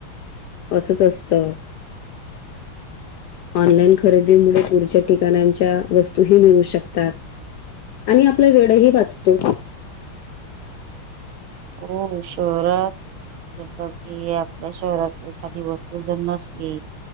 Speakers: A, on the left; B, on the right.
A: असंच असत ऑनलाईन खरेदीमुळे पुढच्या ठिकाणच्या वस्तूही मिळू शकतात आणि आपला वेळही वाचतो
B: हो शहरात जस की आपल्या शहरात एखादी वस्तू जर नसली